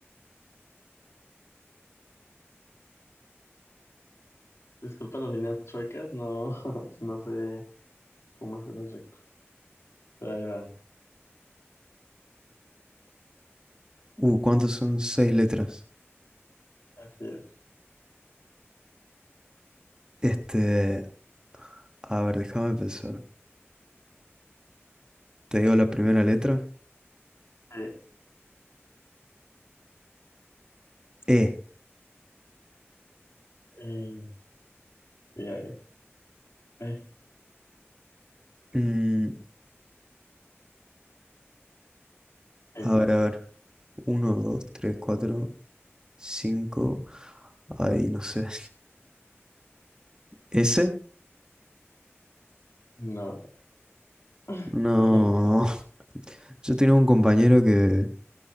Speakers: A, on the left; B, on the right.
A: disculpa las líneas chuecas, no, <laughs> no sé cómo hacer los rectos. Pero ahí va,
B: Uh, cuántos son seis letras?
A: así es.
B: Este, a ver, déjame pensar. Te digo la primera letra.
A: Eh,
B: E.
A: eh, y ahí, ahí,
B: Mm,
A: ahí
B: a
A: está.
B: ver, a ver. Uno, dos, tres, cuatro, cinco. Ahí, no sé. S.
A: No. <laughs>
B: No, <laughs> yo tenía un compañero que,